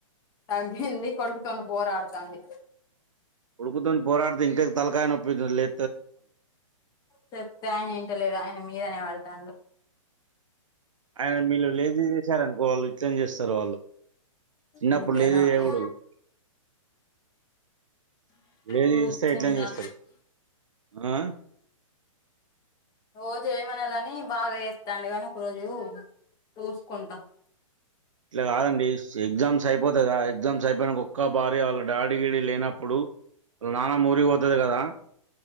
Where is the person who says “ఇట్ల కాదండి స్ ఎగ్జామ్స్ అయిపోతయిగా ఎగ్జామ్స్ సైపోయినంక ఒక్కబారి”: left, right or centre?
Right